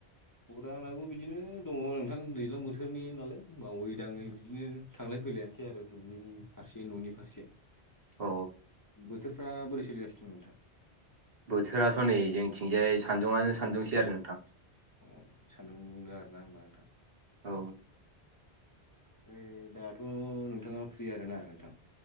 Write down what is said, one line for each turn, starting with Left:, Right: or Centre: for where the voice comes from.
Left: खबरा आंनाबो बिदिनो दङ नोंथां दैज्लां बोथोरनि नालाय मावै दाङै बिदिनो थांलाय फैलायानोसै आरो दुब्लिनि फारसे न'नि फारसे।
Right: अ
Left: बोथोरफ्रा बोरै सोलिगासिनो दं नोंथां?
Right: बोथोराथ' नै जोंनिथिंजाय सान्दुङानो सानदुंसै आरो नोंथांना।
Left: अ सान्दुं दुदो आरोना होमबा नोंथां?
Right: औ।
Left: ओमफाय दाथ' नोंथाङा फ्रि आरोना नोंथां?